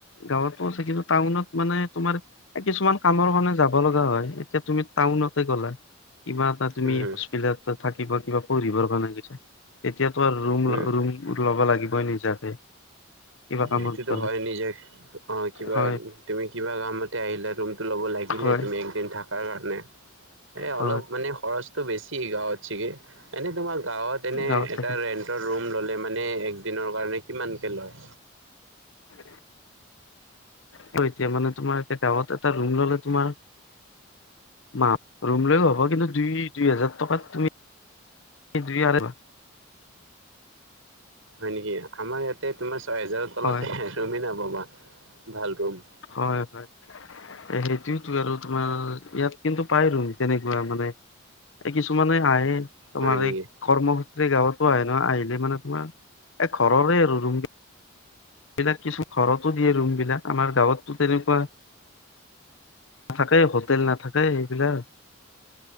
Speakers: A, on the left; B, on the right.
A: গাঁৱতো আছে। কিন্তু টাউনত মানে তোমাৰ কিছুমান কামৰ কাৰণে যাব লগা হয়। এতিয়া টাউনতে গলা, কিবা এটা তুমি
B: উম
A: হস্পিতাল ত থাকিব দিয়া দৰকাৰ গৈ তেতিয়াতো আৰু ৰুম
B: উম
A: ৰুম ল'ব লাগিবই নিজাকে। কিবা
B: সেইটোতো
A: কামত গ'লে
B: হয়। নিজে অ কিবা
A: হয়
B: তুমি কিবা কামতে আহিলা, ৰুমটো ল'ব লাগিলে
A: হয়
B: তুমি একদিন থকাৰ কাৰণে। এ
A: হয়
B: অলপ মানে খৰচটো বেছি গাঁৱত, এনে তোমাৰ গাঁৱত এনে
A: গাঁৱত
B: এটা
A: থাকে
B: ৰেন্টৰৰুম ললে মানে এক দিনৰ কাৰণে কিমানকে লয়?
A: <unintelligible> ত, এতিয়া মানে তোমাৰে গাঁৱত এটা ৰুম ললে তোমাৰ মা ৰুম লৈও হ'ব। কিন্তু, দুই দুই হোজাৰ টকাত তুমি জ আ
B: হয় নেকি? আমাৰ ইয়াতে তোমাৰ ছয় হেজাৰৰ তলতে
A: হয়
B: ৰুমেই নাপাবা, ভাল ৰুম।
A: হয়, হয়। সেইটোযেতো আৰু তোমাৰ ইয়াত কিন্তু পাই ৰম তেনেকুৱা মানে। এই কিছুমানে হাঁহে, তোমাৰ
B: হয় নেকি
A: এই কৰ্মক্ষেত্ৰে গাঁৱতো আহে নহয়, আহিলে মানে তোমাৰ এ, ঘৰৰে আৰু ৰুম বিলাক কিছু ঘৰতো দিয়ে ৰুম বিলাক আমাৰ গাঁৱতো তেনেকুৱা নাথাকে, হোটেল নাথাকে এইবিলাক।